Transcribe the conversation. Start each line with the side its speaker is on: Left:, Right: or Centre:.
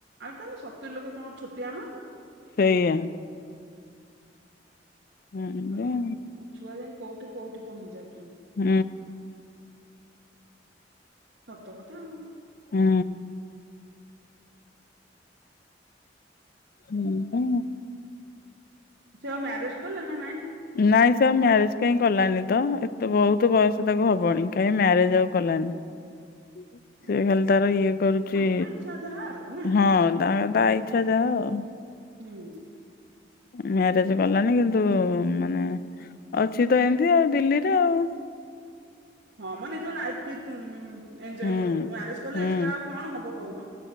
Right: ଆଉ ତାହେଲେ ସତୁ ଲକ୍ଷ କଣ ଛଟି ଆମାଉଣ୍ଟ।
Left: ସେଇଆ। ହୁଁ
Right: ଆଉ
Left: ଯେ-
Right: ମାନେ ଛୁଆ ଯାଇ କୋଉଠି କୋଉଠି ପହଞ୍ଚାଉଛନ୍ତି।
Left: ହୁଁ।
Right: ସତ କଥା ଆଉ।
Left: ହୁଁ। ହୁଁ ହଁ।
Right: ସେଉ ମ୍ୟାରେଜ କଲେ ନା ନାଇଁ
Left: ନାଇଁ ସ ମ୍ୟାରେଜ କାହିଁ କଲାନି ତ ଏତେ ବହୁତ ବୟସ ତାକୁ ହବନି କାହିଁକି ମ୍ୟାରେଜ ଆଉ କଲାନି। ହୁଁ। ସେ
Right: ଓହୋ
Left: ଖାଲି ତାର ଇଏ କରୁଛି
Right: ତାଙ୍କ ଇଚ୍ଛା ଯାହା ଆଉ ନା
Left: ହଁ ତା ତା ଇଚଛା ଯାଅ ଆଉ
Right: ହୁଁ।
Left: ମ୍ୟାରେଜ କଲାଣି କିନ୍ତୁ ମାନେ ଅଛି ତ ଏମିତି ଆଉ ଦିଲ୍ଲୀରେ ଆଉ
Right: ହଁ ମୋ ନିଜ ଲାଇଫ କି ଏଜୟ
Left: ହୁଁ
Right: କରନ୍ତୁ ମ୍ୟାରେଜ କଲେ
Left: ହୁଁ
Right: ଏକ୍ସଟ୍ରା ଆଉ କଣ ହବ କହୁନ।